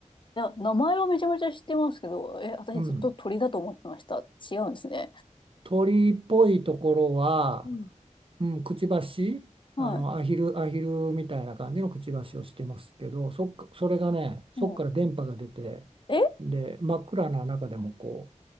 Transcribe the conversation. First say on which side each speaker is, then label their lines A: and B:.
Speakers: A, on the left; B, on the right.
A: いや、名前はめちゃめちゃ知ってますけど、え、私ずっと鳥だと思ってました。
B: うん。
A: 違うんですね。
B: 鳥っぽいところは、
A: うん
B: うん、くちばし、
A: はい。
B: あの、アヒル、アヒルみたいな感じのくちばしをしてますけど、そっか、それがね、そっから電波が出て、
A: うん。え
B: で、真っ暗な中でもこ